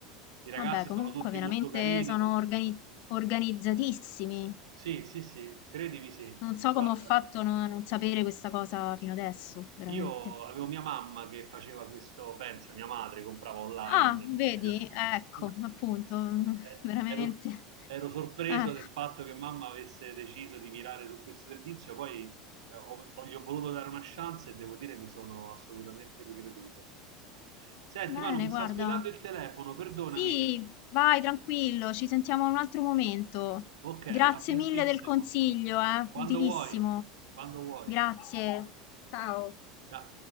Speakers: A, on the right (about 75°); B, on the left (about 60°).
A: I ragazzi
B: Vabbè, comunque
A: sono tutti
B: veramente
A: molto carini.
B: sono
A: non-
B: organi- organizzatissimi.
A: Sì, sì, sì, credimi sì.
B: Non so
A: Guarda.
B: come ho fatto a no- non sapere questa cosa fino adesso, veramente.
A: Io avevo mia mamma che faceva questo, pensa, mia madre comprava online.
B: Ah, vedi,
A: <laughs>
B: ecco, appunto, <laughs>
A: Eh,
B: veramente.
A: Ero, ero sorpreso
B: Eh,
A: del fatto che mamma avesse deciso di virare su questo servizio, poi eh, ho, ho- gli ho voluto dare una chance e devo dire mi sono assolutamente ricreduto. Senti,
B: bene,
A: Manu, mi
B: guarda.
A: sta squillando il telefono, perdonami.
B: Sì, vai tranquillo, ci sentiamo un altro momento.
A: Ok,
B: Grazie
A: a prestissimo.
B: mille del consiglio, eh,
A: Quando
B: utilissimo.
A: vuoi, quando vuoi.
B: Grazie. Ciao.
A: Ciao.